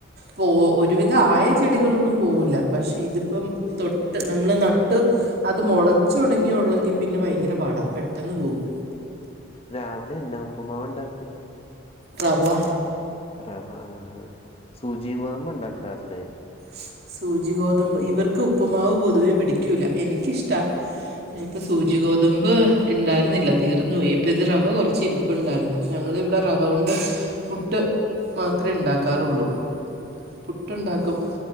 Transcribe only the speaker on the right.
പോ ഒരുവിധം ആയ ചെടികളൊന്നും പോവുല്ല പക്ഷെ ഇതിപ്പം തൊട്ട് നമ്മള് നട്ട് ഹ് അത് മൊളചൊ ടങ്ങിയെങ്കിൽയുള്ളെങ്കിൽ പിന്നെ ഭയങ്കര പാടാ പെട്ടെന്ന് പോകും
റവ
സ് സൂചി ഗോതമ്പ് ഇവർക്ക് ഉപ്പുമാവ് പൊതുവേ പിടിക്കൂല. എനിക്കിഷ്ടാ. നിപ്പൊ
സൂചി ഗോതമ്പ്. ഇണ്ടായിരുന്നില്ല തീർന്നു പോയി പ്പ ഇത് റവ കുറച്ച് ഇരിപ്പുണ്ടായിരുന്നു. ഞങ്ങളിവിടെ റവ കൊണ്ട്. പുട്ട് മാത്രേണ്ടാക്കാറുള്ളൂ. പുട്ട്
ണ്ടാക്കും